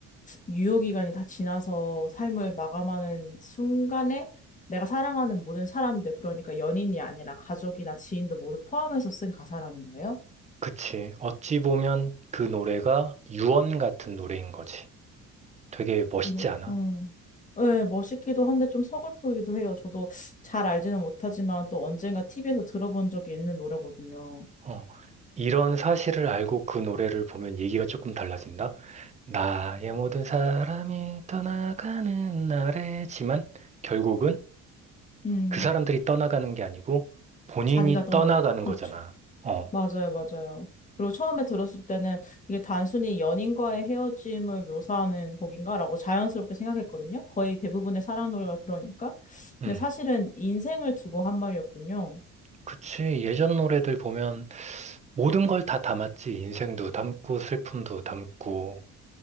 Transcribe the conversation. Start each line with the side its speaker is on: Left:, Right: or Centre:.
Left: 유효기간이 다 지나서 삶을 마감하는 순간에 내가 사랑하는 모든 사람들, 그러니까 연인이 아니라 가족이나 지인도 모두 포함해서 쓴 가사라는 거예요?
Right: 그치. 어찌 보면 그 노래가 유언 같은 노래인 거지. 되게 멋있지
Left: 이렇게,
Right: 않아?
Left: 음. 네, 멋있기도 한데 좀 서글프기도 해요. 저도 잘 알지는 못하지만 또 언젠가 TV에서 들어본 적이 있는 노래거든요.
Right: 어, 이런 사실을 알고 그 노래를 보면 얘기가 조금 달라진다. 나의 모든 사람이 떠나가는 날에지만 결국은
Left: 음,
Right: 그 사람들이 떠나가는 게 아니고 본인이
Left: 자기가 떠나는,
Right: 떠나가는
Left: 그렇죠.
Right: 거잖아. 어,
Left: 맞아요, 맞아요. 그리고 처음에 들었을 때는 이게 단순히 연인과의 헤어짐을 묘사하는 곡인가라고 자연스럽게 생각했거든요. 거의 대부분의 사랑 노래가 그러니까.
Right: 음.
Left: 근데 사실은 인생을 두고 한 말이었군요.
Right: 그치. 예전 노래들 보면 모든 걸 다 담았지. 인생도 담고 슬픔도 담고